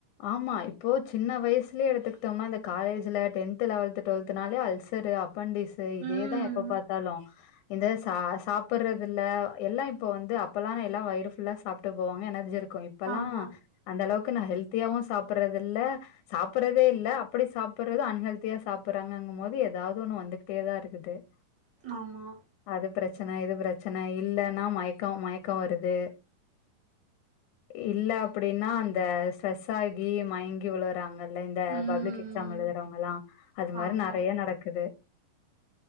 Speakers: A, on the left (about 70°); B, on the right (about 35°).
A: ஆமா இப்போ சின்ன வயசுலயே எடுத்துக்கிட்டோம்னா இந்த காலேஜ்ல டென்த் லெவன்த் டுவெல்தனாலே அல்சர் அப்பண்டிஸ்சு இதேதா
B: ம்
A: எப்ப பாத்தாலு இந்த சா சாப்பிற்றதுல்ல எல்லா இப்போ வந்து அப்போலா எல்லா வயிறு ஃபுல்லா சாப்பிட்டு போவாங்க எனர்ஜி க்கு இப்பெல்லா
B: ஆமா
A: அந்த அளவுக்கு நா ஹெல்த்தியாவு சாப்படுறது இல்ல சாப்பிறதே இல்ல அப்டி சாப்பிடுறது அன்ஹெல்தியா சாப்பிற்றாங்கு போது எதாவுது ஒண்ணு வந்துகிட்டேதா இருக்குது <unintelligible>
B: ஆமா
A: அது பிரச்சன இது பிரச்சன இல்லன்னா மயக்கோ மயக்கோ வருது இல்ல அப்டின்னா அந்த ஸ்ட்ரெஸ் ஆகி மயங்கி விழு றாங்கள்ள இந்த
B: ம்
A: பப்ளிக் எக்ஸாம் எழுதுறவங்கல்லா அது மாரி
B: ஆமா
A: நெறைய நடக்குது